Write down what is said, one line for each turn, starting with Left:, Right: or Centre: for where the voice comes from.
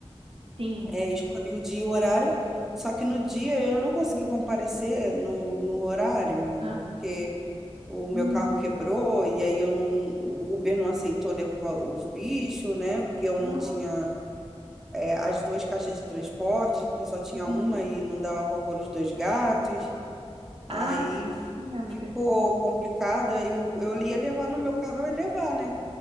Right: sim.
Centre: é, escolhi o dia e o horário, só que no dia eu não consegui comparecer no, no horário, menina,
Right: ah,
Centre: porque o meu
Right: hum,
Centre: carro quebrou e aí eu, o Uber não aceitou levar os bichos, né? Porque eu
Right: Nossa,
Centre: não tinha. é, as duas caixas de transporte, porque eu só tinha
Right: uhum.
Centre: uma e não dava para pôr os dois gatos.
Right: Ah,
Centre: Aí f-
Right: sim, amiga.
Centre: ficou complicado. Aí eu, eu ia levar no meu carro, eu ia levar, né?